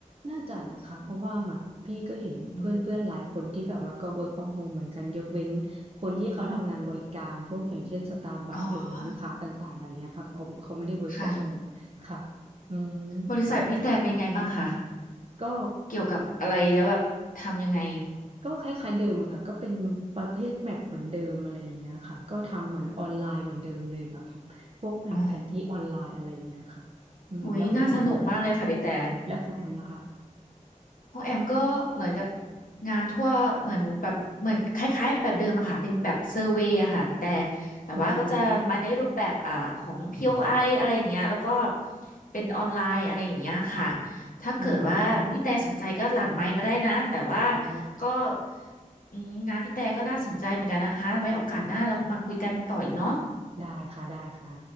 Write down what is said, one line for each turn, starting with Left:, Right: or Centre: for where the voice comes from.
Right: น่าจะนะคะ เพราะว่าแบบพี่ก็เห็นเพื่อนเพื่อนหลายคนที่แบบว่าก็
Left: อืม
Right: work from home เหมือนกันยกเว้นคนที่เขาทำงานบริการพวกอย่างเช่นสตาร์บัคหรือร้านค้าต่างๆอะไรเงี้ยค่ะเขาเขาไม่ได้
Left: อ๋อ
Right: work
Left: ค่ะ
Right: from home ค่ะอืม
Left: บริษัทพี่แต่เป็นไงบ้างคะ
Right: ก็
Left: เกี่ยวกับอะไรแล้วแบบทำยังไง
Right: ก็คล้ายๆเดิมอะค่ะก็เป็นประเภทแมปเหมือนเดิมอะไรอย่างเงี้ยค่ะก็ทำเหมือนออนไลน์เหมือนเดิมเลยกับพวกแมปแผนที่ออนไลน์อะไรอย่างเงี้ยค่ะอืมแล้วของแอมล่ะ
Left: อ๋อโอ้ยน่าสนุกมากเลยค่ะพี่แต่
Right: แล้วของแอมล่ะคะ
Left: ของแอมก็เหมือนกับงานทั่วเหมือนแบบเหมือนคล้ายๆแบบเดิมอะค่ะเป็นแบบเซอร์เวย์อะค่ะพี่แต่แต่ว่าก็จะมาในรูปแบบอ่าของ
Right: อืม
Left: POI อไออะไรอย่างเงี้ยแล้วก็เป็นออนไลน์อะไรอย่างเงี้ยค่ะถ้าเกิดว่าพี่แต่สนใจก็หลังไมค์มาได้นะแต่ว่า
Right: อืมอ๋อ
Left: ก็อืมงานพี่แต่ก็น่าสนใจเหมือนกันนะคะไว้โอกาสหน้าเรามาคุยกันต่ออีกเนาะ
Right: ได้ค่ะได้ค่ะ